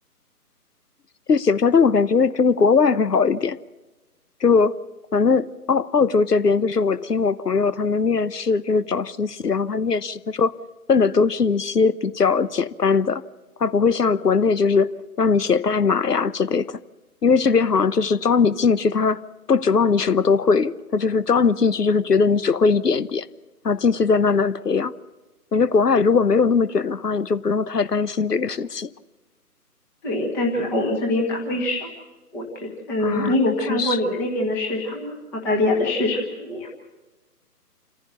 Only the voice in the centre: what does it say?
对，但主要我们这边岗位少，我觉得，嗯，
你有看过你们那边的市场吗？
澳大利亚的市场怎么样？